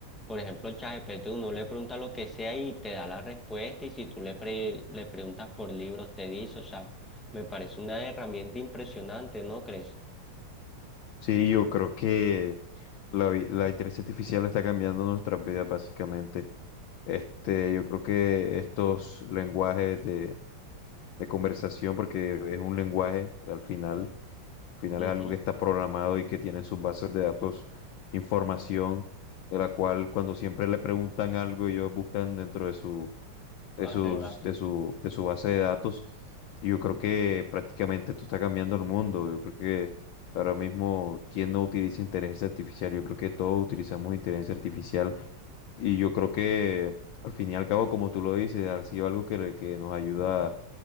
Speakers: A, in the centre; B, on the left.
A: Por ejemplo, ChatGPT, uno le pregunta lo que sea y te da la respuesta. Y si tú le, pre- le preguntas por libros, te dice, o sea, me parece una herramienta impresionante, ¿no crees?
B: Sí, yo creo que la, vi- la inteligencia artificial está cambiando nuestra vida básicamente. Este, yo creo que estos lenguajes de, de conversación, porque es un lenguaje que al final, al final
A: Ujú,
B: es algo que está programado y que tiene en sus bases de datos información de la cual cuando siempre le preguntan algo, ellos buscan dentro de su de
A: base
B: sus,
A: de datos.
B: de su, de su base de datos. Y yo creo que prácticamente esto está cambiando el mundo. Yo creo que ahora mismo, ¿quién no utiliza inteligencia artificial? Yo creo que todos utilizamos inteligencia artificial. Y yo creo que al fin y al cabo, como tú lo dices, ha sido algo que, que nos ayuda,